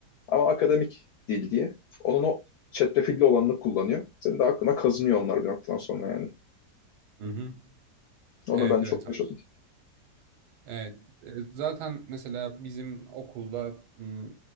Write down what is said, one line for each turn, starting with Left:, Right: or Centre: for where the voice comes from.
Left: Ama akademik dil diye onun o çetrefilli olanını kullanıyor. Senin de aklına kazınıyor onlar bir noktadan sonra yani.
Right: Hı hı.
Left: Onu
Right: Evet
Left: ben çok
Right: evet
Left: yaşadım.
Right: Evet. e, Zaten mesela bizim okulda m,